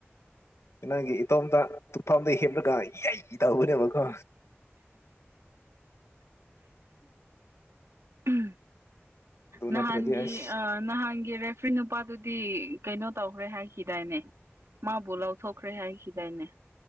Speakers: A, on the left; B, on the right.
A: ꯅꯪꯒꯤ ꯏꯇꯣꯝꯇ ꯇꯨꯐꯝꯗ ꯍꯦꯞꯂꯒ ꯌ‌ꯏ ꯇꯧꯕꯅꯦꯕꯀꯣ
B: ꯎꯝ
A: ꯑꯗꯨ
B: ꯅꯍꯥꯟꯒꯤ
A: ꯅꯠꯇ꯭ꯔꯗꯤ ꯑꯁ
B: ꯑ ꯅꯍꯥꯟꯒꯤ ꯔ‌ꯦꯐ ꯐ꯭ꯔꯤ ꯅꯨꯄꯥꯗꯨꯗꯤ ꯀꯩꯅꯣ ꯇꯧꯈ꯭ꯔꯦ ꯍꯥꯏꯈꯤꯗꯥꯏꯅꯦ ꯃꯥꯕꯨ ꯂꯥꯎꯊꯣꯛꯈ꯭ꯔꯦ ꯍꯥꯏꯈꯤꯗꯥꯏꯅꯦ